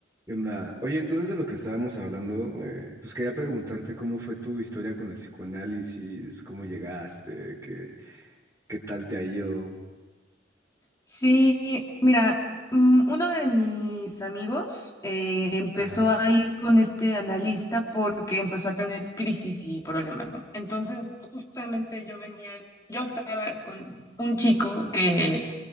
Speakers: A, on the right; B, on the left.
A: ¿Qué onda? Oye, entonces de lo que estábamos hablando, eh, pues quería preguntarte cómo fue tu historia con el psicoanálisis, cómo llegaste, qué, qué tal te ha ido.
B: Sí, mira, mm, uno de mis amigos eh, empezó
A: Ajá.
B: a ir con este analista porque empezó a tener crisis y problemas, ¿no? Entonces, justamente yo venía, yo estaba con un chico que,